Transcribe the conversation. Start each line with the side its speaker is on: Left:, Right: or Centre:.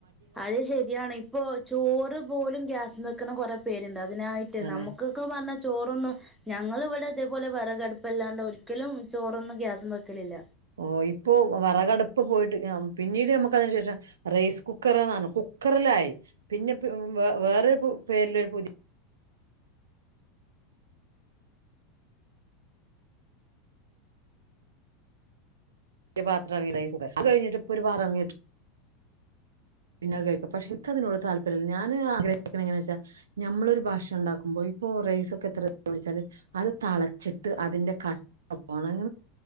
Centre: അത് ശരിയാണ് ഇപ്പൊ ചോറ് പോലും ഗ്യാസ് വെക്കണം കൊറെ പേരുണ്ട് അ അതിനായിട്ട്
Right: അതെ
Centre: നമുക്കൊക്കെ പറഞ്ഞ ചോറൊന്നും ഞങ്ങൾ ഇവിടെ ഇതേപോലെ വിറകടുപ്പല്ലാണ്ട് ഒരിക്കലും ചോറൊന്നും ഗ്യാസും വയ്ക്കലില്ല
Right: ഓ ഇപ്പോൊ വറകടുപ്പ് പോയിട്ട് പിന്നീട് നമുക്ക് അതിനു ശേഷം റൈസ് കുക്കറെ എന്നാണ് റലായി പിന്നെ വ വേറൊരു പേരിലൊരു പുതിയ പത്ര അ കഴിഞ്ഞിട്ട് ഇപ്പൊ ഒരു പാറങ്ങി പിന്നോെ കഴിക്കാം പക്ഷെ എനിക്ക അതിനോട് താല്പര്യമില്ല ഞാൻ ആഗ്രഹിക്കണ എങ്ങനാ വെച്ചാൽ നമ്മൊ ഒരു ഭാഷയ ഉണ്ടാക്കുമ്പോ ഓ റൈസ ഒക്കെ എത്രിച്ചാല് അത് തളച്ചിട്ട് അതിന്റെ കട്ട പോണം